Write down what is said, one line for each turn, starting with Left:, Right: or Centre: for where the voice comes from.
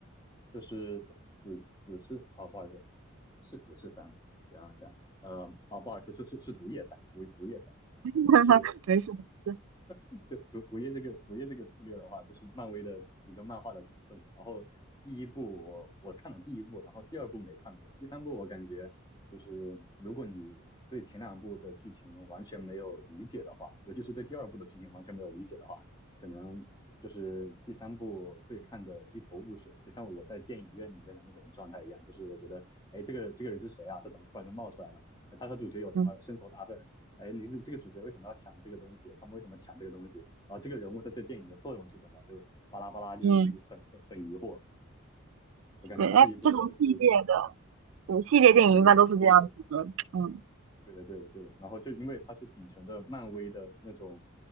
Left: 就是死死侍哦，不好意思，是死侍三吗？想想，呃，哦，不好意思，是是是毒液三，毒毒液三。
Right: <laughs>
Left: 就是。
Right: 没事没事，
Left: <laughs> 就主主页这个主页这个系列的话，就是漫威的一个漫画的角色嘛。然后第一部我我看了第一部，然后第二部没看过，第三部我感觉就是如果你对前两部的剧情完全没有理解的话，尤其是对第二部的剧情完全没有理解的话，可能就是第三部会看得一头雾水，就像我在电影院里面的那种状态一样，就是我觉得，哎，这个这个人是谁啊？他怎么突然就冒出来了？哎他和主角有什么深仇大恨？
Right: 嗯，
Left: 哎，你这这个主角为什么要抢这个东西？他们为什么抢这个东西？然后这个人物在这电影的作用是什么？就巴拉巴拉，就很很很疑惑。
Right: 嗯，
Left: 我感觉它是一部就是，
Right: 对，哎，这种系列的，对，系列电影一般都是这样子的，
Left: 嗯，对对对，
Right: 嗯，
Left: 对的，对的，对的。然后就因为它是秉承的漫威的那种，